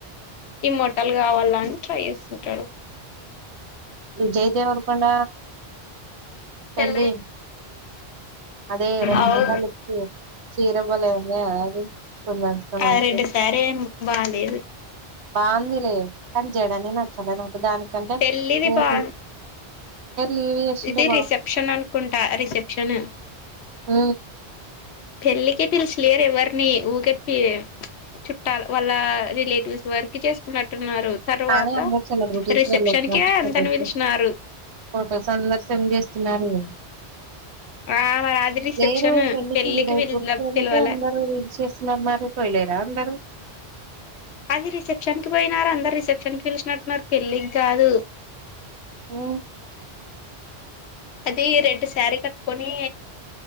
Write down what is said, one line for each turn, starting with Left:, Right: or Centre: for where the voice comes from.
Left: ఈ మోటల్ కావాలని, ట్రై చేస్తుంటరు,
Right: ఈ జయదేవర్ కొండ పెళ్ళి
Left: పెళ్ళై
Right: అదే రష్మిక
Left: అవు
Right: <unintelligible> చీర పోలే అన్నా అది కుందన్స్ కుందన్స్
Left: ఆ రెండు సారేం బాలేేదు
Right: బాగుందిలే కానీ జడనే నచ్చలే న దానికంటే
Left: పెళ్ళిది
Right: <unintelligible>
Left: బా
Right: లీవ్ చేసింటే
Left: ఇది రిసెప్షన్ అనుకుంటా రిసెప్షను
Right: మ్
Left: పెళ్ళికి పిలిచలేరు ఎవరిని ఊకెప్పి చుట్టాల వాళ్ళ రిలేటివ్స్ వరకి చేసుకున్నట్టున్నారు తర్వాత
Right: కానీ అందరు సెలబ్రిటీస్
Left: రిసెప్షన్
Right: వెళ్ళొ <unintelligible>
Left: కే అంతని పిలిచినారు
Right: ఫొటోస్ అందరు సెండ్ చేస్తున్నారు.
Left: ఆ మరి అది రిసెప్షన్
Right: లేేను ఒక పెళ్ళకి
Left: పెళ్ళికి
Right: దయ
Left: పిల
Right: పర్కు వెనకే
Left: పిలవాలే
Right: అందరు రీల్స్ చేస్తున్నారు, మరి పోయలేరా అందరు
Left: అది రిసెప్షన్ కి పోయినారా అందరు రిసెప్షన్ కి పిలిచినట్టున్నారు పెళ్ళికి కాదు
Right: ఆ
Left: అది రెడ్ శారీ కట్టుకొని